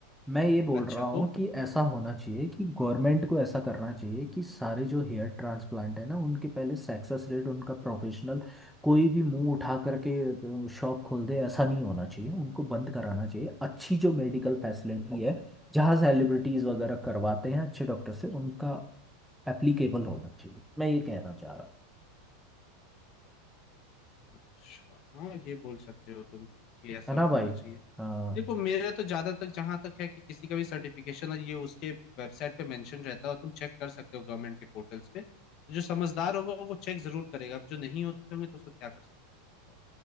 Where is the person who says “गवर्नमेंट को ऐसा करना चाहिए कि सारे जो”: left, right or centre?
Centre